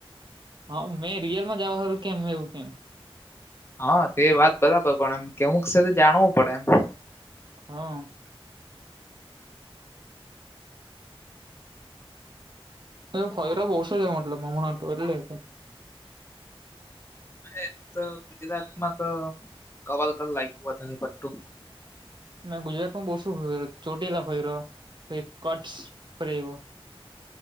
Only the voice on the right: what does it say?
હ મેં રિયલમાં જવા હારું કેમ એવું કેમ.
હા. ફયરો બહસો જ મતલબમા હમણા એટલે.
મેં ગુજરાત માં બો શું ફરિયો ચોટીલા ફરિયો કોઈ કટ્સ <unintelligible> એવો.